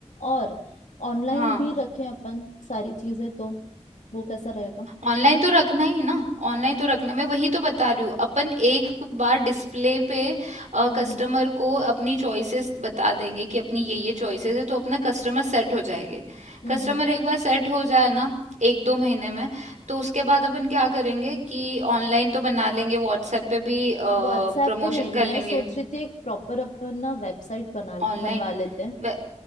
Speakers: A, on the left; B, on the right.
A: और ऑनलाइन
B: हाँ
A: भी रखें अपन सारी चीजें तो वो कैसा रहेगा
B: ऑनलाइन तो रखना ही ना ऑनलाइन तो रखना मैं वही तो बता रही हूँ अपन एक बार डिस्प्ले पे
A: हम्म
B: कस्टमर
A: हम्म
B: को अपनी चॉइसेस बता देंगे कि अपनी ये ये चॉइसेस है तो अपना कस्टमर सेट हो जाएंगे
A: हम्म
B: कस्टमर
A: हम्म
B: एक बार सेट हो जाए ना एक दो महीने में तो उसके बाद अपन क्या करेंगे कि ऑनलाइन तो बना लेंगे व्हाट्सएप पे भी प्रमोशन
A: व्हाट्सएप पे नहीं
B: कर
A: मैं
B: लेंगे
A: सोच रही थी एक प्रॉपर अपन ना वेबसाइट बना
B: online.
A: बनवा लेते हैं
B: Wh-